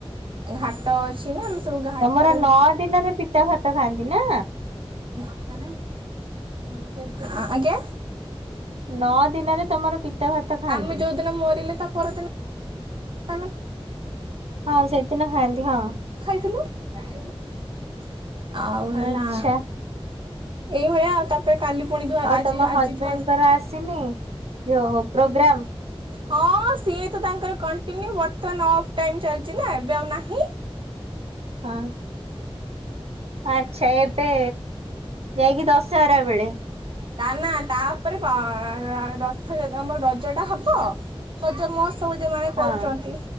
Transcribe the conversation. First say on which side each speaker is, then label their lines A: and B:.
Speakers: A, on the right; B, on the right.
A: ଘାଟ ଅଛି ନା ସବୁ ଘାଟରେ
B: ତମର ନଅ ଦିନରେ ପିତା ଭାତ ଖାଆନ୍ତି ନା
A: ଆଜ୍ଞା
B: ନଅ ଦିନରେ ତମର ପିତା ଭାତ ଖାଆନ୍ତି
A: ଆମେ ଯୋଉଦିନ ମରିଲେ ତା ପରଦିନ ଆମେ
B: ହଁ ସେଦିନ ଖାଆନ୍ତି। ହଁ।
A: ଖାଇଥିଲୁ? <inaudible> ଆଉ ହେଲା
B: ଆଚ୍ଛା
A: ଏଇଭଳିଆ ଆଉ ତାପରେ କାଲି ପୁଣି ଧୁଆ
B: ଆଉ
A: ଆଜି
B: ତମ
A: ଆଜି
B: ହଜବେଣ୍ଡଙ୍କର
A: ଧୁଆ
B: ଆସିନି ଯୋଉ ପ୍ରୋଗ୍ରାମ।
A: ହଁ ସିଏ ତ ତାଙ୍କର କଣ୍ଟିନ୍ୟୁ। ବର୍ତମାନ ଅଫ୍ ଟାଇମ୍ ଚାଲିଛିନା ନା ଏବେ ଆଉ ନାହିଁ।
B: ହଁ ଆଚ୍ଛା ଏବେ ଯାଇକି ଦଶ ସାରାବେଳେ
A: ତା ନା ତା ତାପରେ ରଥ ଆମର ରଜ ଟା ହବ ରଜ ମୋହସ୍ଛ ସବୁ ଯୋଉମାନେ
B: ହଁ
A: କରୁଛନ୍ତି।